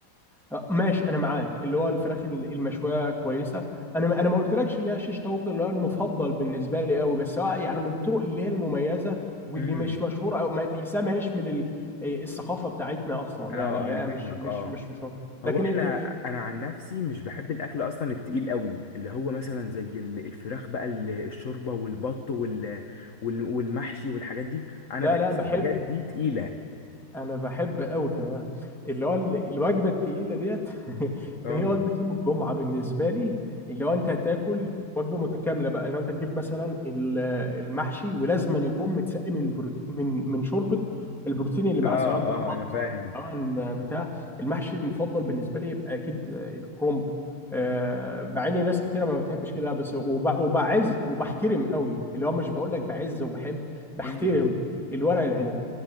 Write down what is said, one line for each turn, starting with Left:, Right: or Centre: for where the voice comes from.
Centre: آه، ماشي انا معاك اللي هو الفراخ المشويه كويسه انا انا ما قلتلكش اللي هي شيش طاووق اللي هو المفضل بالنسبه لي قوي بس هو يعني من الطرق اللي هي المميزه واللي
Left: امم
Centre: مش مشهوره او ما تحسها ما هيش من ال- آه، الثقافه بتاعتنا اصلا
Left: اه
Centre: يعني اللي
Left: انا
Centre: هي
Left: فاهمك
Centre: مش
Left: اه
Centre: مش مش مش مشهورة.
Left: هو
Centre: لكن
Left: احنا
Centre: آه، آه،
Left: انا عن نفسي مش بحب الاكل اصلا التقيل قوي اللي هو مثلا زي ال- الفراخ بقى ال- الشوربه والبط وال وال- والمحشي والحاجات دي انا
Centre: لا
Left: بحس
Centre: لا بحب
Left: الحاجات دي تقيله
Centre: انا بحب قوي كمان اللي هو ال- الوجبه التقيله ديت <laughs>
Left: اه
Centre: هي وجبه يوم الجمعه بالنسبه لي اللي هو انت هتاكل وجبه متكامله بقى اللي هو انت تجيب مثلا ال- المحشي ولازما يكون متسقي من بروتين من من شوربه البروتين اللي معاه
Left: اه
Centre: سواء بقى
Left: اه
Centre: بط
Left: انا فاهم
Centre: سواء بتاع المحشي المفضل بالنسبه لي يبقى اكيد الكرنب آه، مع ان ناس كتيره ما بتحبش كده بس وب- وبعز وبحترم قوي اللي هو مش بقول لك بعز وبحب بحترم
Left: مم.
Centre: الورق العنب